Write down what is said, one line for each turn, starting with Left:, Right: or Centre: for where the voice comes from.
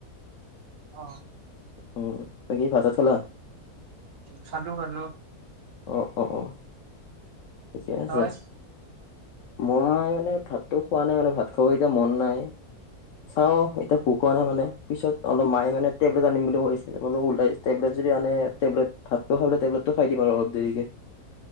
Right: অ'।
Left: উম, বাকী ভাত চাত খালা?
Right: খালো খালো।
Left: অ, ' অ, ' অ'। থিকে আছে,
Right: তই
Left: মই মানে ভাতটো খোৱা নাই মানে ভাত চ' এতিয়া মন নাই, চাওঁ এতিয়া ভোক হোৱা নাই মানে, পিছত অলপ মায়ে মানে টেবলেট আনিম বুলি কৈছে, বোলো ওলাই টবলেট যদি আনে টেবলেট ভাতটো খাইলৈ টেবলেটো খাই দিম আৰু অলপ দেৰিকে।